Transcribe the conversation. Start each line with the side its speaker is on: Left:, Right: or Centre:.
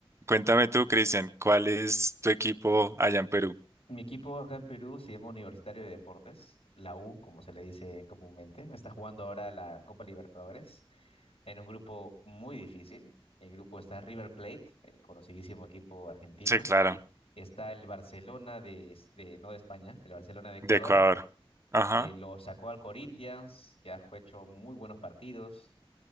Right: cuéntame tú, Cristian, ¿cuál es tu equipo allá en Perú?
Left: Mi equipo acá en Perú se llama Universitario de Deportes, la U, como se le dice comúnmente. Está jugando ahora la Copa Libertadores en un grupo muy difícil. El grupo está River Plate, el conocidísimo equipo argentino.
Right: Sí, claro,
Left: Está el Barcelona de, es- de- no de España, el Barcelona de Ecuador,
Right: de Ecuador. Ajá,
Left: que lo sacó al Corinthians, que ha ju- hecho muy buenos partidos.